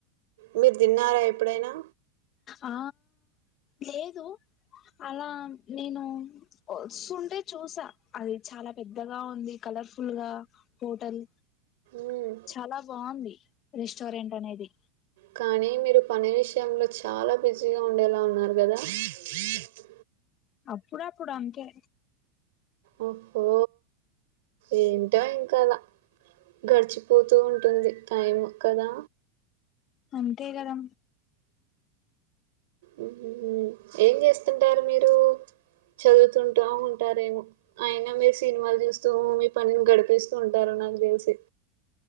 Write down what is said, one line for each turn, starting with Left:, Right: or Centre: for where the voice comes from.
Right: మీర్ దిన్నారా ఎప్పుడైనా?
Left: ఆ లేదు అలా నేను ఒస్తుంటే చూసా, అది చాలా పెద్దగా ఉంది కల్ లర్ఫుల్ గా హోటల్
Right: మ్మ్
Left: చాలా బాగుంది రెస్టారెంట్ అనేది
Right: కానీ మీరు పని విషయంలో చాలా బిజీగా ఉండేలా ఉన్నారు గదా చ్ చ్
Left: అప్పుడప్పుడు అంతే
Right: ఒ హో ఎంటో ఇంకలా గడిచిపోతూ ఉంటుంది టైం కదా
Left: అంతే గదా
Right: ఉమ్ హు, ఏం జేస్తుంటారు మీరు? చదువుతుంటా ఉంటారేమో అయినా మీర్ సినిమాలు జూస్తూ మీ పనిని గడిపేస్తూ ఉంటారన్ నాకు దెల్సి